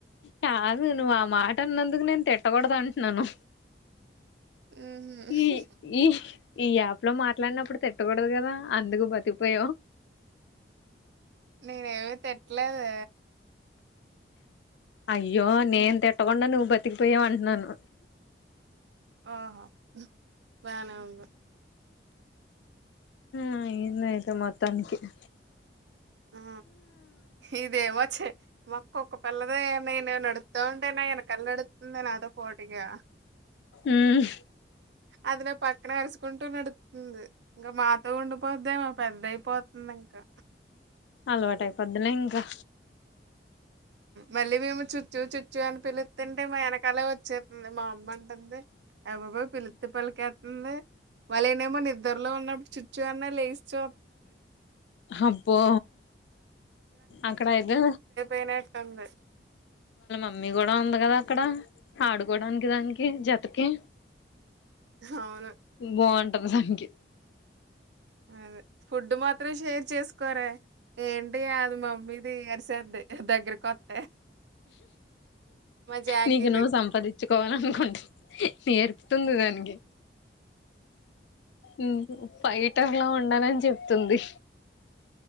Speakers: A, on the left; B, on the right.
A: కాదు నువ్వు ఆ మాట అన్నందుకు నేను తిట్టకూడదు అంట్నాను
B: ఉహు
A: ఈ ఈ ఈ యాప్ లో మాట్లాడినప్పుడు తిట్టకూడదు కదా అందుకు బతిపోయావు
B: నేనే ఏమి తిట్టలేదు
A: అయ్యో నేన్ంతేటో కుండా నువ్వు బతికిపోయా అంటున్నాను
B: ఆఓహో వన ఉంది
A: ఆ ఇన్యితే మొత్తానికినికి
B: ఆ ఇదే మచ్చ మొక్కొ ఒక పల్లద నేను నడుతా ఉంటేనే వెనకల్ నడుతుంది నాతో పోటిగా
A: ఉమ్
B: అదిలా పక్కన ఎరుచకుంటూ నడుతుంది ఇంకా మా అత్త ఉండిపోద్దేమో పెద్దయిపోతుంది ఇంకా
A: అలవాటయి పదులే ఇంకా
B: మళ్ళీ మేము చుచ్చు చుచ్చు అని పిలుతుంటే మా వెనకాలే వచ్చేంది మా అమ్మ అంటుంది అ బాబు పిలుస్తుంటే పలికి ఉంది మళ్ళ ఏనేమోనా నిద్దరులో ఉన్నప్పు చుచ్చు అన్న లే చ
A: అబ్బో అక్కడ అయితే
B: పనాట ఉంది
A: మ్ మీ కూడా ఉంది కదా అక్కడ ఆడుకోడానికి దానికి జతకి
B: అవును
A: బాగుంటది దానికి
B: అదే ఫుడ్ మాత్రం షేర్ చేసుకోర ఏంట అది మమ్మీ తీ గరిసేంది దగ్గరక కొత్త జాకీది
A: నీకు నువ్వు సంపాదించుకోవాల అనుకుంటు నేర్పుతుంది దానికి ఉమ్ ఇట్టర్లా ఉండనని చెప్తుంది